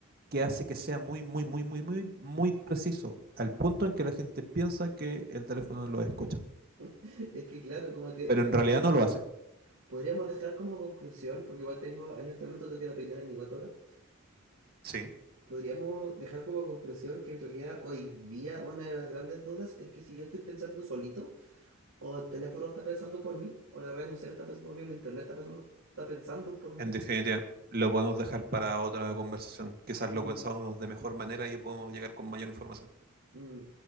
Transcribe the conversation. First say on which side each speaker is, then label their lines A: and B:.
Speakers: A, on the right; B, on the right.
A: que hace que sea muy, muy, muy, muy, muy, muy preciso, al punto en que la gente piensa que el teléfono lo escucha,
B: <laughs> es que claro, como que
A: pero
B: eh,
A: en realidad no lo hace.
B: podríamos dejar como conclusión, porque igual tengo, en este momento tengo que ir a peinar a mi gato ahora,
A: Sí,
B: podríamos dejar como conclusión que en realidad hoy día una de las grandes dudas es que si yo estoy pensando solito, o el teléfono está pensando por mí, o las redes sociales están pensando por mí, o el internet está pensando, está pensando por mí.
A: en definitiva, lo podemos dejar para otra conversación. Quizás
B: Mm,
A: lo pensamos de mejor manera y podemos llegar con mayor información.
B: mm.